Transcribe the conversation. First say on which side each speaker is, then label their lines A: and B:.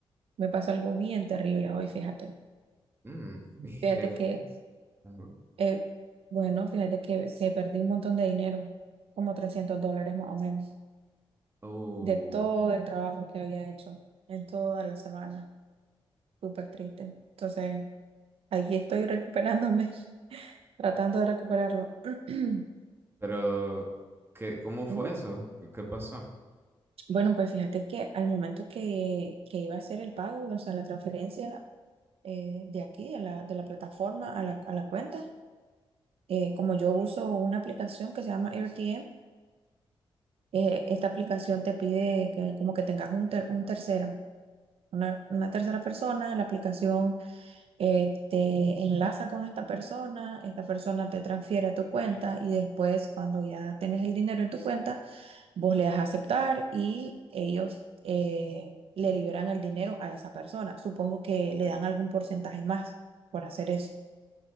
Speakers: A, on the right; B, on the right.
A: Me pasó algo bien terrible hoy, fíjate.
B: Mm, <laughs> y
A: Fíjate
B: qué? f-
A: que,
B: ajá.
A: eh, bueno, fíjate que se perdí un montón de dinero, como 300 dólares más o menos,
B: Uh,
A: de todo el trabajo que había hecho en toda la semana. Súper triste. Entonces, aquí estoy recuperándome, <laughs> tratando de recuperarlo. <clears throat>
B: pero ¿qué, cómo fue
A: ¿Mm?
B: eso? ¿Qué, qué pasó?
A: Bueno, pues fíjate que al momento que, que iba a hacer el pago, o sea, la transferencia eh, de aquí, de la, de la plataforma a la, a la cuenta, eh, como yo uso una aplicación que se llama AirTM, eh, esta aplicación te pide que, como que tengas un, ter- un tercero, una, una tercera persona, la aplicación eh, te enlaza con esta persona, esta persona te transfiere a tu cuenta y después cuando ya tienes el dinero en tu cuenta, Vos le das a aceptar y ellos eh, le liberan el dinero a esa persona. Supongo que le dan algún porcentaje más por hacer eso.